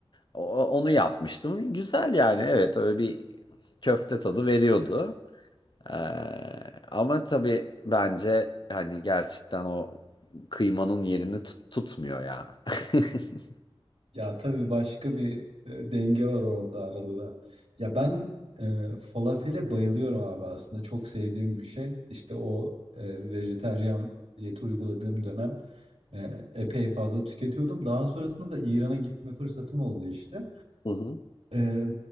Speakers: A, on the left (about 50°); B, on the right (about 85°).
A: O- onu yapmıştım. Güzel yani evet öyle bir köfte tadı veriyordu. E, ama tabii bence hani gerçekten o kıymanın yerini tut- tutmuyor ya. <laughs>
B: Ya tabii başka bir e, denge var orada arada da. Ya ben e, falafele bayılıyorum abi aslında. Çok sevdiğim bir şey. İşte o e, vejetaryen diyeti uyguladığım dönem e, epey fazla tüketiyordum. Daha sonrasında da İran'a gitme fırsatım oldu işte.
A: Hı hı.
B: E,